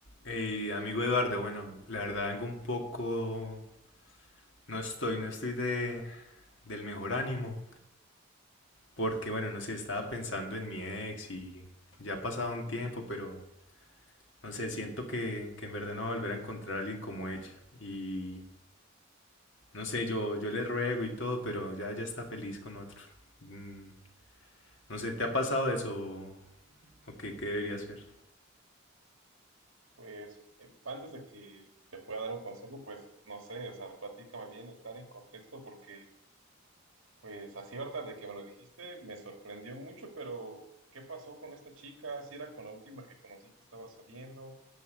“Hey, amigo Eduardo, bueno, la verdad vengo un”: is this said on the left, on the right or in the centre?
Left